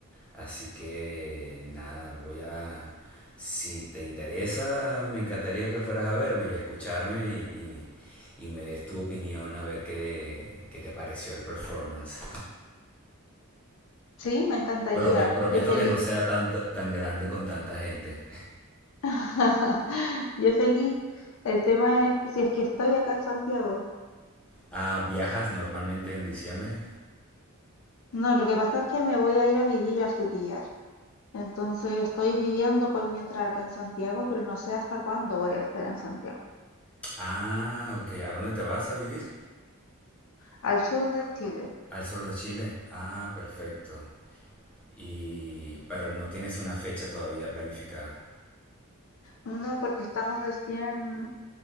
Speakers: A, in the centre; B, on the left (about 60°).
A: Así que nada, voy a... Si te interesa, me encantaría que fueras a verme y a escucharme y, y- y me des tu opinión a ver qué, de- qué te pareció el performance.
B: Sí, me encantaría.
A: <laughs> Prome- prometo
B: Yo feliz.
A: que no sea tan, tan grande con tanta gente.
B: <laughs> Yo feliz. El tema es si es que estoy acá en Santiago.
A: Ah, ¿viajas normalmente en diciembre?
B: No, lo que pasa es que me voy a ir a vivir a Frutillar. Entonces estoy viviendo por mientras acá en Santiago, pero no sé hasta cuándo voy a estar en Santiago.
A: Ah, ok. ¿A dónde te vas a vivir?
B: Al sur de Chile.
A: Al sur de Chile. Ah, perfecto. Y... pero no tienes una fecha todavía planificada.
B: No, porque estamos recién